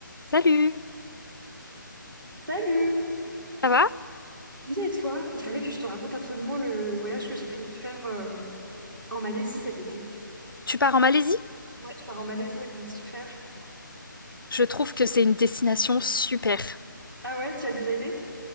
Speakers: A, on the left; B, on the right.
A: Salut,
B: Salut!
A: ça va?
B: Bien et toi? Il fallait que je te raconte absolument le voyage que j'ai prévu de faire euh, en Malaisie cet été.
A: Tu pars en Malaisie?
B: Ouais, je pars en Malaisie avec mon petit frère.
A: Je trouve que c'est une destination super.
B: Ah ouais, tu y as déjà été?